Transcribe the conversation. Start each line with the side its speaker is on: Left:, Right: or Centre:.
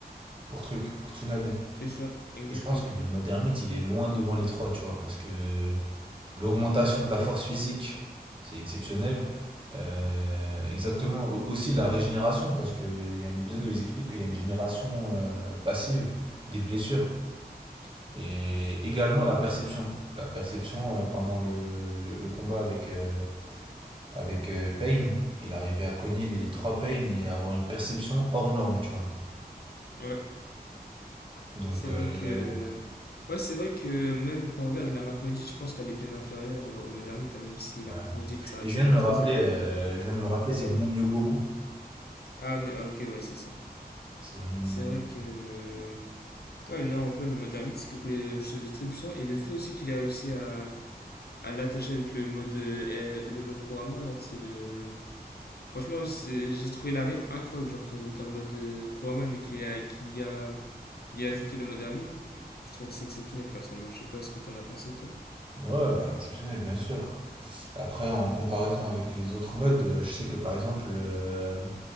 Right: pour truc, pour Tsunade.
Left: C'est ça, exactement.
Right: Et je pense que le mode ermite il est loin devant les trois, tu vois, parce que l'augmentation de la force physique, c'est exceptionnel. Euh, exactement, aussi la régénération, parce qu'il y a un épisode où ils expliquent qu'il y a une génération euh, passive des blessures. Et également la perception. La perception euh, pendant le, le, le combat avec, euh, avec euh, Payne. Il arrivait à cogner les trois Payne et avoir une perception hors norme, tu vois.
Left: Ouais,
Right: Donc,
Left: c'est
Right: euh,
Left: vrai que. Ouais, c'est vrai que même quand on regarde la marque maudite, je pense qu'elle est bien inférieure euh, au Modernite, hein, même si la
Right: ouais.
Left: marque maudite, ça reste
Right: Et je viens de me
Left: très
Right: rappeler,
Left: élevé.
Right: euh, je viens de me rappeler, c'est
Left: Ouais.
Right: le monde Myoboku.
Left: Ah, mais- ah, ok, ouais, c'est ça.
Right: C'est le monde
Left: C'est
Right: Myoboku.
Left: vrai que. Ouais, non, en vrai, le Modernite, c'est quelque chose de très puissant, et le fait aussi qu'il ait réussi à, à l'attacher avec le mode, euh, le mode Kurama, là, c'est le. Franchement, c'est- j'ai trouvé la ref incroyable, genre quand il était en mode euh, Kurama, mais qu'il y a, qu'il y a, qu'il y a ajouté le mode ermite. Je trouve ça exceptionnel, personnellement. Je sais pas ce que t'en as pensé, toi.
Right: Ouais, bah exceptionnel, bien sûr. Après, en comparaison avec les autres modes, euh, je sais que par exemple, euh,